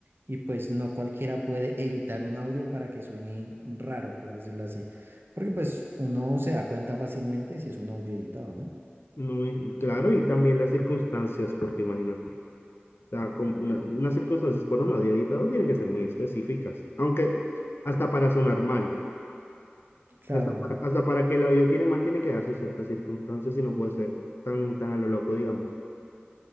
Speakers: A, on the right (about 60°); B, on the left (about 65°).
A: y pues no cualquiera puede editar un audio para que suene raro, por decirlo así, porque pues uno se da cuenta fácilmente si es un audio editado, ¿no?
B: No, y- claro, y también las circunstancias, porque imagínate. sea, como una- unas circunstancias por un lado y editado tienen que ser muy específicas. Aunque hasta para sonar mal,
A: Claro,
B: hasta para, hasta para que el audio tiene mal, tienen que darse ciertas circunstancias y no puede ser tan, tan a lo loco, digamos.